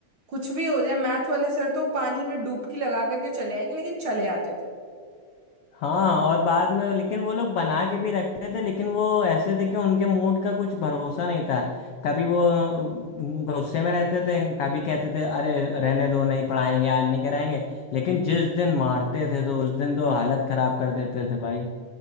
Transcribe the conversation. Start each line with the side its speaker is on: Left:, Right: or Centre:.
Right: कुछ भी हो जाए मैथ वाले सर तो पानी में डुबकी लगा करके चले आएंगे लेकिन चले आते थे
Left: हाँ और बाद में लेकिन वो लोग बना के भी रखते थे लेकिन वो ऐसे थे कि उनके मूड का कुछ भरोसा नहीं था कभी वो अ, गुस्से में रहते थे कभी कहते थे अरे रहने दो नहीं पढ़ाएंगे आज नहीं कराएंगे लेकिन जिस दिन मारते थे तो उस दिन तो हालत खराब कर देते थे भाई